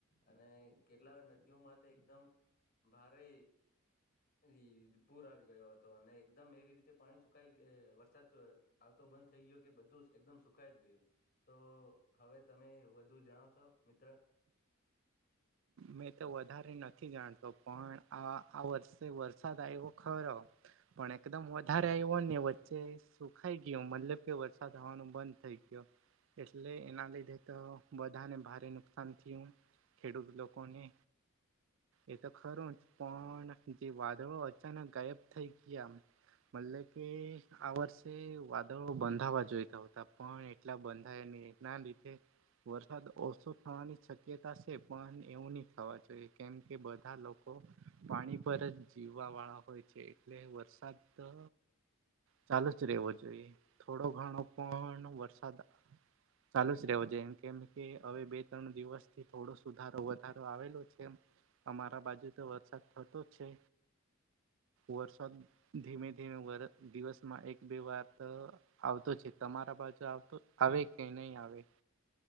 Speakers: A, on the left (about 45°); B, on the right (about 65°).
A: અને કેટલા નદીઓમાં તો એકદમ ભારે ઈ પૂર આવી ગયો હતો. અને એકદમ એવી રીતે પાણી સુખાય એ વરસાદ આવતો બંધ થઈ ગયો કે બધું જ એકદમ સુખ ખાઈ જ ગયું. તો હવે તમે વધુ જણાવશો મિત્ર?
B: મેં તો વધારે નથી જાણતો પણ આ આ વર્ષે વરસાદ આવ્યો ખરો. પણ એકદમ વધારે આવ્યો ને વચ્ચે સુખાઈ ગયું. મતલબ કે વરસાદ આવવાનું બંધ થઈ ગયો. એટલે એના લીધે તો બધાને ભારે નુકસાન થયું. ખેડૂત લોકોને એ તો ખરું જ પણ જે વાદળો અચાનક ગાયબ થઈ ગયા. મલ કે આ વર્ષે વાદળો બંધાવા જોઈતા હોતા પણ એ એટલા બંધાયા નહીં એના લીધે વરસાદ ઓછો થવાની શક્યતા એ પણ એવું ની થાવા જોઈએ કેમ કે બધા લોકો પાણી પર જ જીવવાવાળા હોય છે એટલે વરસાદ ત ચાલુ જ રહેવો જોઈએ. થોડો ઘણો પણ વરસાદ ચાલુ જ રહેવો જો એમ કેમ કે હવે બે ત્રણ દિવસથી થોડો સુધારો વધારો આવેલો છે એમ. અમારા બાજુ તો વરસાદ થતો જ છે. વરસાદ ધીમે ધીમે વર દિવસમાં એક બે વાર ત આવતો છે. તમારા બાજુ આવતો આવે કે નહી આવે?